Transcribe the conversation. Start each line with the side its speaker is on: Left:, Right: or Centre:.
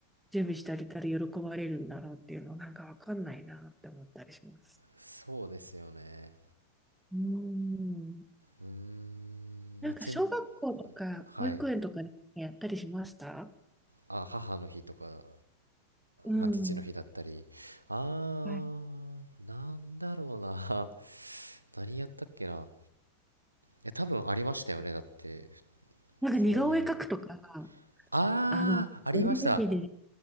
Centre: 準備してあげたら喜ばれるんだろうっていうのなんかわかんないなって思ったりします。
Right: そうですよね
Centre: うーん。
Right: うーんまあち
Centre: なんか小学校とか保育園とかでやったりしました
Right: はいあ母の日とか、
Centre: うん。
Right: まあ、父の日だったりあ
Centre: はい。
Right: ーなんだろうな <laughs> 何やったっけないや多分ありましたよねだって
Centre: なんか似顔絵描くとか、
Right: そういうああーありました
Centre: あの、折り紙で、